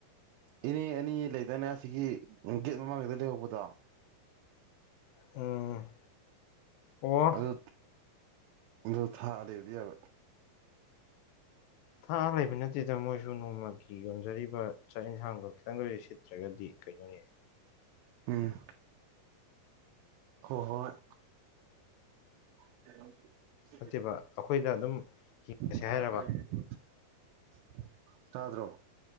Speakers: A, on the right; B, on the left.
A: ꯏꯅꯦ ꯑꯅꯤ ꯂꯩꯗꯥꯏꯅꯦ ꯑꯁꯤꯒꯤ ꯒꯦꯠ ꯃꯃꯥꯡꯒꯤꯗ ꯂꯩꯍꯧꯕꯗꯣ
B: ꯎꯝ ꯑꯣ
A: ꯑꯗꯨ ꯑꯗꯨ ꯊꯥꯛ ꯑ ꯂꯩꯕꯗꯤ ꯌꯥꯔ‌ꯣꯏ
B: ꯊꯥꯛ ꯑ ꯂꯩꯕ ꯅꯠꯇꯦꯗ ꯃꯣꯏꯁꯨ ꯅꯣꯡꯃꯒꯤ ꯌꯣꯟꯖꯔꯤꯕ ꯆꯥꯛ ꯌꯦꯟꯁꯥꯡꯗꯣ ꯈꯤꯇꯪ ꯗ ꯑ‌ꯣꯏꯔꯖꯨ ꯁꯤꯠꯇ꯭ꯔꯒꯗꯤ ꯀꯩꯅꯣꯅ‌ꯦ
A: ꯎꯝ ꯍꯣ ꯍꯣꯏ <inaudible>
B: ꯐꯠꯇꯦꯕ ꯑꯩꯈꯣꯏꯗ ꯑꯗꯨꯝ ꯍꯤꯡꯉꯁꯦ
A: <unintelligible>
B: ꯍꯥꯏꯔꯕ
A: ꯇꯗ꯭ꯔꯣ